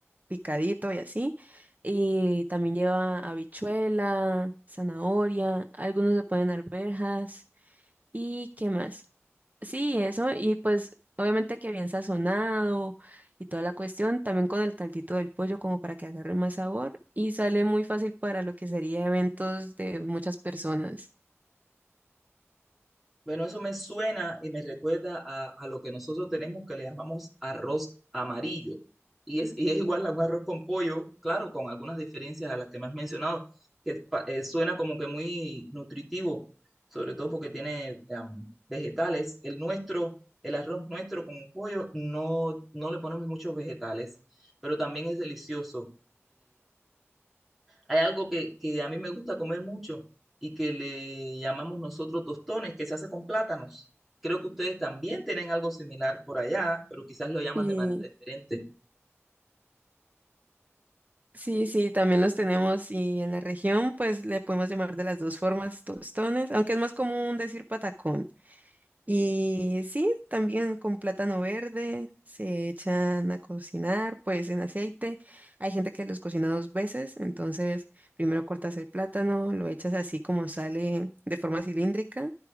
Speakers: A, on the right; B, in the centre.
A: picadito y así. Y también lleva habichuela, zanahoria, algunos le ponen arvejas. ¿Y qué más? Sí, eso. Y pues obviamente que bien sazonado y toda la cuestión, también con el caldito del pollo como para que agarre más sabor. Y sale muy fácil para lo que sería eventos de muchas personas.
B: Bueno, eso me suena y me recuerda a, a lo que nosotros tenemos que le llamamos arroz amarillo. Y es, y es igual a un arroz con pollo, claro, con algunas diferencias a las que me has mencionado, que pa- eh, suena como que muy nutritivo, sobre todo porque tiene am, vegetales. El nuestro, el arroz nuestro con pollo, no, no le ponemos muchos vegetales, pero también es delicioso. Hay algo que, que a mí me gusta comer mucho y que le llamamos nosotros tostones, que se hace con plátanos. Creo que ustedes también tienen algo similar por allá, pero quizás lo llaman
A: Sí.
B: de manera diferente.
A: Sí, sí, también los tenemos y en la región pues le podemos llamar de las dos formas tostones, aunque es más común decir patacón. Y sí, también con plátano verde se echan a cocinar, pues en aceite. Hay gente que los cocina dos veces, entonces primero cortas el plátano, lo echas así como sale de forma cilíndrica,